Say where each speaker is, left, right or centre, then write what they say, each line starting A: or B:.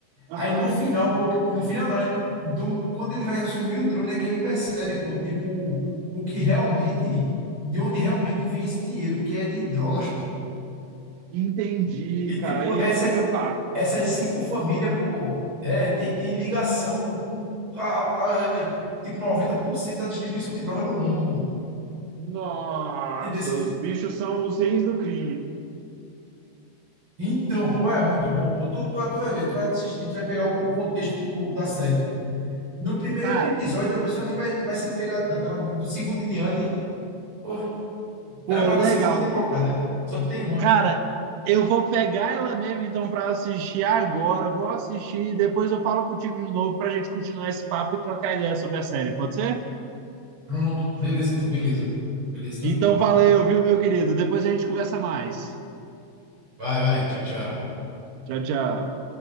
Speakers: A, on the right; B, on the right.
A: aham.
B: Aí no final, pô, no final não, é do, quando ele vai assumir o trono é que ele percebe, pô, tipo, o que realmente, de onde realmente vem esse dinheiro, que é de drogas, pô.
A: Entendi,
B: E
A: cara.
B: tipo,
A: Aí
B: essa,
A: ele fica pá.
B: essas cinco famílias, pô, é, tem, tem ligação com, a, a- tipo, 90% da distribuição de droga no mundo, pô.
A: Nossa,
B: Entendesse?
A: os bichos são os reis do crime.
B: Então, pô, é muito bom, pô. Tu, tu, tu vai ver, tu vai assistir, tu vai pegar o, o contexto da série, pô. No primeiro
A: Cara,
B: episódio, a pessoa nem vai, vai se pegar tanto. Agora, do segundo em diante, pô,
A: pô,
B: era pra
A: legal.
B: ter segunda temporada. Só tem uma.
A: Cara, eu vou pegar ela mesmo então pra assistir agora. Vou assistir e depois eu falo contigo de novo pra gente continuar esse papo e trocar ideia sobre a série, pode ser?
B: Pronto. Beleza, então. Beleza. Beleza, tranquilo.
A: Então valeu, viu, meu querido? Depois a gente conversa mais.
B: Vai, vai. Tchau, tchau.
A: Tchau, tchau.